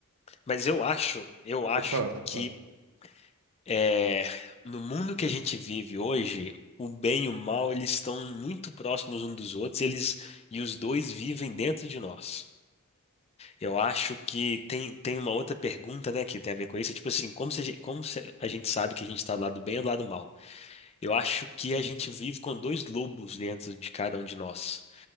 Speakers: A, on the left; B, on the right.
A: mas eu acho, eu acho
B: Pode falar, pode
A: que
B: falar.
A: é, no mundo que a gente vive hoje, o bem e o mal, eles estão muito próximos uns dos outros, eles e os dois vivem dentro de nós. Eu acho que tem, tem uma outra pergunta, né, que tem a ver com isso, tipo assim, como se, a gen- como se a gente sabe que a gente está do lado do bem ou do lado do mal? Eu acho que a gente vive com dois lobos dentro de cada um de nós.